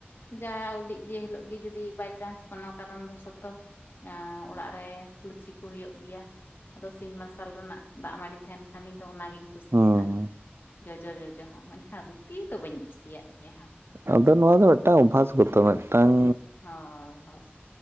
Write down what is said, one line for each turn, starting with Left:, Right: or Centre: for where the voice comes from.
Left: ᱡᱟ ᱩᱰᱤᱡ ᱡᱮ ᱦᱤᱞᱳᱜ ᱜᱮ ᱡᱩᱫᱤ ᱵᱟᱭ ᱪᱟᱱᱥ ᱠᱚᱱᱚ ᱠᱟᱨᱚᱱ ᱵᱚᱥᱚᱛᱚ ᱮ ᱚᱲᱟᱜ ᱨᱮ ᱞᱩᱪᱤ ᱠᱚ ᱦᱩᱭᱩᱜ ᱜᱮᱭᱟ᱾ ᱟᱫᱚ ᱥᱤᱧ ᱢᱟᱨᱥᱟᱞ ᱨᱮᱱᱟᱜ ᱫᱟᱜ ᱢᱟᱹᱰᱤ ᱛᱟᱦᱮᱱ ᱠᱷᱟᱱ ᱤᱧ ᱫᱚ ᱚᱱᱟ ᱜᱤᱧ ᱠᱩᱥᱤᱭᱟᱜ-ᱟ᱾
Right: ᱦᱩᱸ
Left: ᱡᱚᱡᱚ ᱡᱚᱡᱚ ᱦᱚᱸ ᱢᱮᱱᱠᱷᱟᱱ ᱨᱩᱴᱤ ᱫᱚ ᱵᱟᱹᱧ ᱠᱩᱥᱤᱭᱟᱜ ᱜᱮᱭᱟ᱾
Right: ᱟᱫᱚ ᱱᱚᱣᱟ ᱫᱚ ᱢᱤᱫᱴᱟᱝ ᱚᱵᱷᱟᱥ ᱜᱚᱛᱚ ᱢᱤᱫᱴᱟᱝ
Left: ᱦᱳᱭ ᱦᱳᱭ